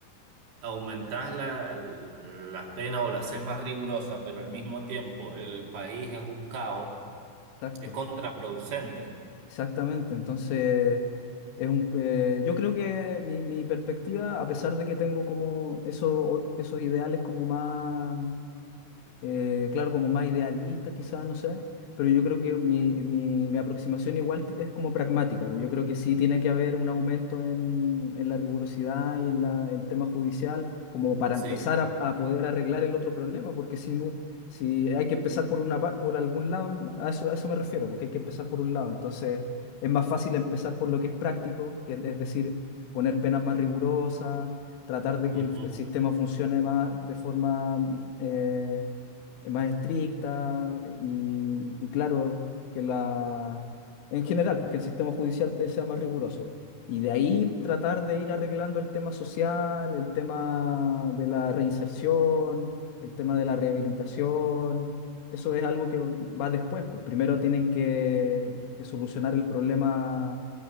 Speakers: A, on the right; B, on the left.
A: aumentás la, las penas o las haces más rigurosas, pero al mismo tiempo el país es un caos,
B: exacto,
A: es contraproducente.
B: exactamente, entonces... Es un, eh, yo creo que mi, mi perspectiva, a pesar de que tengo como esos, esos ideales como más eh, claro, como más idealista quizás, no sé, pero yo creo que mi, mi- mi aproximación igual ti- es como pragmática, pues yo creo que sí tiene que haber un aumento en, en la rigurosidad y en la- el tema judicial como para
A: Sí,
B: empezar a, a poder arreglar el otro problema, porque si, no, si hay que empezar por, una, pa- por algún lado, a eso, a eso me refiero, porque hay que empezar por un lado, entonces es más fácil empezar por lo que es práctico, que es es decir, poner penas más rigurosas, tratar de
A: ujú.
B: que el, el sistema funcione más de forma eh, eh, más estricta eh, y, y claro, que la, en general, pues que el sistema judicial sea más riguroso. Y de ahí tratar de ir arreglando el tema social, el tema de la reinserción, el tema de la rehabilitación. Eso es algo que va después, pues primero tienen que, que solucionar el problema,